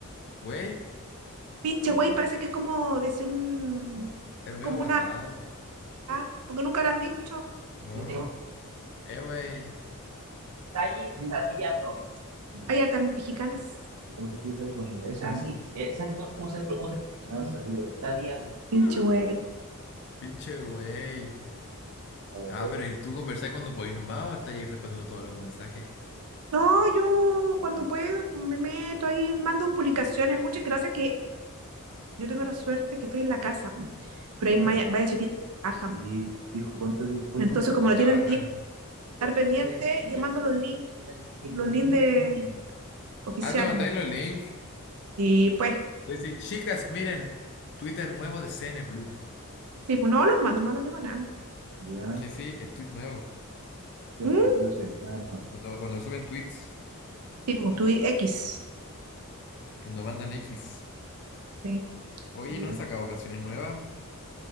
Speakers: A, on the left; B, on the right.
A: güey,
B: pinche güey, parece que es como decir un,
A: es medio
B: como
A: aguasado.
B: una, ah, porque nunca lo han dicho.
A: No.
B: ¿Cómo
A: Eh, güey.
B: Talle Sí. Sadía 2. Sí. Hay hartas mexicanas. ¿Cómo se pide Sadie con la S? Así, eh, no? ¿cómo se cómo se- Ah, sabía dos. Sadía 2. Pinche
A: <laughs>
B: güey.
A: Pinche güey.
B: Ah,
A: Ah, pero ¿y tú conversáis cuando podéis nomás o estáis ahí respondiendo todos los mensajes?
B: No, yo cuando puedo pues, me meto ahí, mando publicaciones. Muchas gracias que yo tengo la suerte que estoy en la casa. mm, Pero hay Ya. maya-
A: Mm.
B: varias chiquillas que trabajan. Y dijo, ¿cuánto le dijo Entonces, como
A: Ah,
B: no
A: trabajan.
B: tienen tiempo de estar pendiente, trescientos, yo mando los links los links de- oficiales.
A: Ah, te mandáis los links.
B: Y pues,
A: Le decís, chicas, miren, Twitter nuevo de C N Blue
B: sí, pues no los mando, no mando yo nada. Ya.
A: Que sí, es tweet nuevo.
B: ¿Mm? Manipulación, nada más.
A: Cuando, cuando suben tweets,
B: Tipo, tu X.
A: cuando mandan X.
B: ¿sí?
A: Oye,
B: Yeah.
A: ¿no han sacado canciones nuevas?